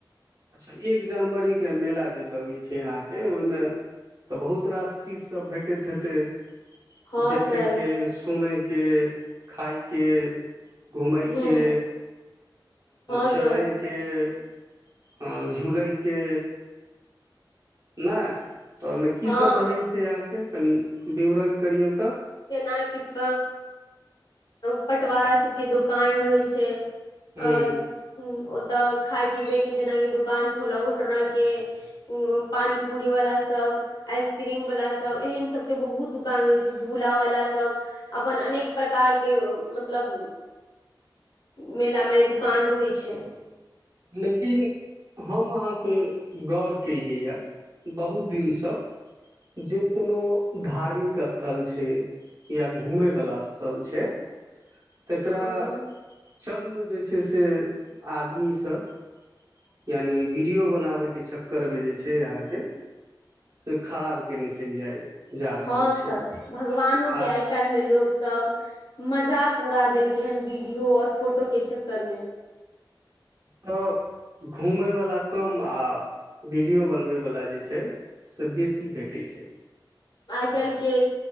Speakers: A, on the right; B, on the left.
A: अच्छा एक जनवरी के मेला जे लगैत छै अहाँके <inaudible> हि तऽ बहुत र ची भे <inaudible> खेतै
B: हँ
A: <inaudible> देखयके,
B: सर
A: सुनयके खाइके घूमयके,
B: ह हँ
A: चढ़यके
B: सर
A: ह <unintelligible> हं झूलैके नऽय तऽ ओहिमे की
B: हँ
A: सब रहै छै अहाँके कनि विवरण करियौ तऽ
B: जेनाकिप <inaudible> पटवारा सबके दोकान रहै छै
A: हूँ
B: अ ओ तऽ खाय पीबे के जेनाकि दुकान छोला भटूरा के उ पानी पूरी वाला सब आइसक्रीम वाला सब एहेन सब के बहुत दुकान रहे छै झूला वाला सब अपन अनेक प्रकार के मतलब मेला में दुकान रहै छै
A: लेकिन हम अहाँ के गौर केलियैए बहुत दिनसँ जे कोनो धार्मिक स्थल छै या घुमयवला स्थल छै तकरा
B: हँ
A: चन्द जे छै से आदमी सभ यानि वीडियो बनाबयके चक्करमे जे छै अहाँके से खराब केयने चलि जाय जा रहल
B: हँ
A: छै
B: सर भगवानो
A: खास
B: के आइ काल्हिमे लोक सब मजाक उड़ा देलकै हेन वीडियो आऔर फोटोे चक्करमे
A: तय घूमयवला कम आ वीडियो बनबयवला जे छै से बेसी भेटै छै
B: आइ काईल के